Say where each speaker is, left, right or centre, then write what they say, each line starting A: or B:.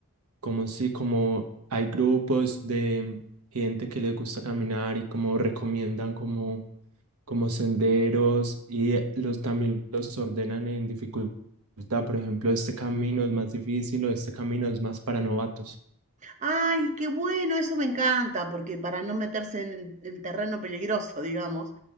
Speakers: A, on the right; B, on the right.
A: como si, como hay grupos de gente que les gusta caminar y como recomiendan como, como senderos y los también los ordenan en dificultad. Por ejemplo, este camino es más difícil o este camino es más para novatos.
B: Ay, qué bueno, eso me encanta, porque para no meterse en, en terreno peligroso, digamos,